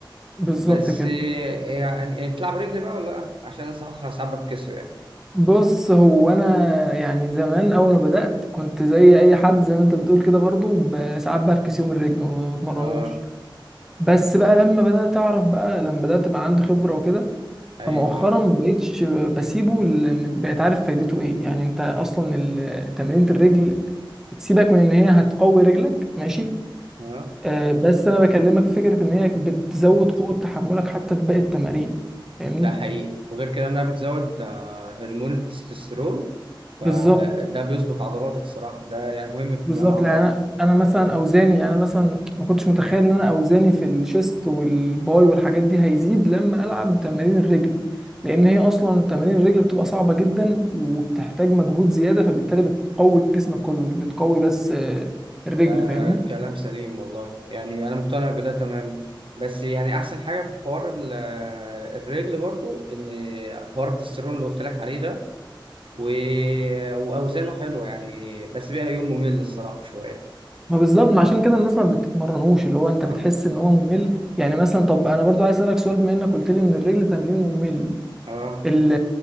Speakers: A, in the centre; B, on the right (about 80°).
A: بالظبط
B: بس
A: كده
B: آه، يعني يعني بتلعب رجل بقى ولا لا عشان انا صراحه ساعات بتكسر يعني
A: بص هو انا يعني زمان اول ما بدات كنت زي اي حد زي ما انت بتقول كده برضو ب- ساعات بفكس يوم الرجل ما بتمرنوش
B: اه
A: بس بقى لما بدات اعرف بقى لما بدات بقى عندي خبره وكده
B: ايوه
A: فمؤخرا ما بقتش بسيبه لان بقيت عارف فايدته ايه يعني انت اصلا ال- تمرينة الرجل سيبك من ان هي هتقوي رجلك ماشي
B: اه
A: آه، بس انا بكلمك في فكره ان هي بتزود قوه تحملك حتى في باقي التمارين فاهمني
B: ده حقيقي وغير كده انها بتزود آه، هرمون التستوستيرون فده
A: بالظبط.
B: بيظبط عضلاتك الصراحه ده يعني مهم في بناء
A: بالظبط
B: العضلات
A: لان انا انا مثلا اوزاني يعني انا مثلا ما كنتش متخيل ان انا اوزاني في الشيست والباي والحاجات دي هيزيد لما العب تمارين الرجل لان هي اصلا تمارين الرجل بتبقى صعبه جدا وبتحتاج مجهود زياده فبالتالي بتقوي جسمك كله مش بتقوي بس آه، الرجل
B: ده
A: فاهمني
B: كلام سليم والله يعني انا مقتنع بده تمام بس يعني احسن حاجه في حوار ال- آه، الرجل برضو ان حوار التستيرون اللي قلت لك عليه ده و... واوزانه حلوه يعني بس بقى يوم ممل الصراحه شويه
A: ما بالظبط ما عشان كده الناس ما بتتمرنوش اللي هو انت
B: اه
A: بتحس ان هو ممل يعني مثلا طب انا برضو عايز اسالك سؤال بما انك قلت لي ان الرجل تمرين ممل
B: اه
A: ال